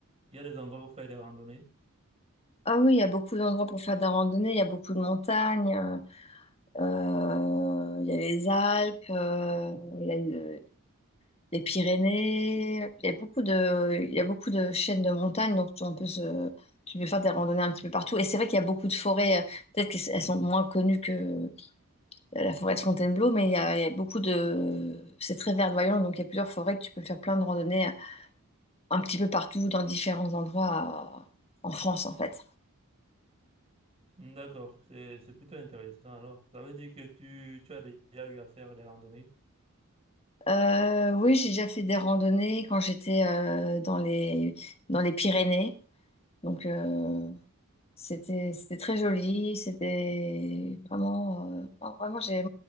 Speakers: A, on the right; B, on the left.
A: il y a des endroits où faire des randonnées.
B: Ah oui, il y a beaucoup d'endroits pour faire de la randonnée, il y a beaucoup de montagnes, euh, euh, il y a les Alpes, euh, il y a le- les Pyrénées, il y a beaucoup de, il y a beaucoup de chaînes de montagnes, donc tu- on peut se, tu peux faire des randonnées un petit peu partout. Et c'est vrai qu'il y a beaucoup de forêts, euh, peut-être qu'elles sont moins connues que la forêt de Fontainebleau, mais il y a, il y a beaucoup de, c'est très verdoyant, donc il y a plusieurs forêts que tu peux faire plein de randonnées un petit peu partout, dans différents endroits euh, en France, en fait.
A: Hmm, D'accord. C'est, c'est plutôt intéressant. Alors, ça veut dire que tu, tu as déjà eu à faire des randonnées.
B: Euh, oui, j'ai déjà fait des randonnées quand j'étais euh, dans les, dans les Pyrénées. Donc, euh, c'était, c'était très joli. C'était vraiment. euh, non, vraiment, j'ai.